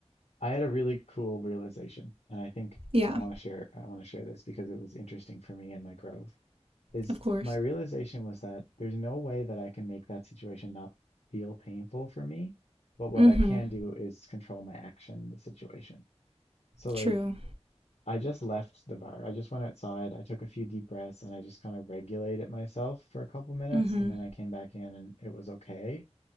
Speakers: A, on the left; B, on the right.
A: I had a really cool realization, and I think
B: Yeah,
A: I want to share I want to share this because it was interesting for me and my growth. Is
B: of course.
A: my realization was that there's no way that I can make that situation not feel painful for me, but what
B: Mhm.
A: I can do is control my action in the situation. So like
B: True.
A: I just left the bar. I just went outside, I took a few deep breaths, and I just kind of regulated myself for a couple minutes,
B: Mhm.
A: and then I came back in and it was okay.